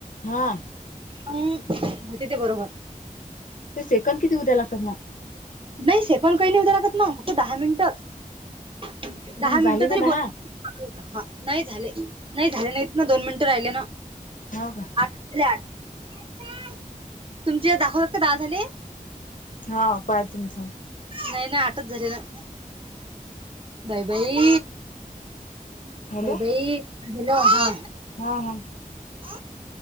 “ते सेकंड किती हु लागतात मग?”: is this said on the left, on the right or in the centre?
Left